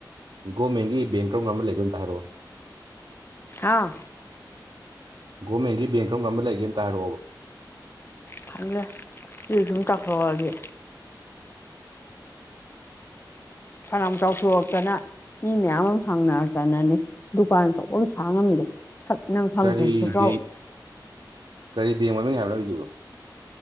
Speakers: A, on the right; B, on the left.
A: ꯒꯣꯔꯃꯦꯟꯒꯤ ꯕꯦꯡ ꯀꯔ ꯑꯃ ꯂꯩꯕ ꯑꯝꯇ ꯍꯥꯏꯔꯛꯑꯣ
B: ꯑꯥꯎ
A: ꯒꯣꯃꯦꯟꯒꯤ ꯕꯦꯡ ꯀꯔꯝ ꯀꯔꯝꯕ ꯂꯩꯒꯦꯦꯝꯇ ꯍꯥꯏꯔꯛꯑꯣꯕ
B: ꯈꯪꯗ꯭ꯔꯦ ꯀ ꯁꯨꯝ ꯇꯥꯛꯊꯣꯛꯛꯑꯒꯦ ꯐꯅꯌꯥꯝ ꯆꯥꯎꯊꯣꯛꯑꯛꯇꯅ ꯃꯤ ꯃꯌꯥꯝ ꯑꯃ ꯍꯥꯡꯅꯔꯛꯇꯅꯅꯦ ꯗꯨꯀꯥꯟ ꯇꯧꯕ ꯑꯃ ꯁꯥꯡ ꯉꯝꯃꯤꯗ ꯌꯥꯝꯅ ꯁꯥꯟꯇ
A: ꯀꯔꯤ
B: ꯆ
A: ꯕꯦꯡ ꯀꯔꯤ ꯕꯦꯡ ꯃꯃꯤꯡ ꯍꯥꯏꯕ꯭ꯔ ꯂꯧ ꯍꯧꯁꯤꯕꯣ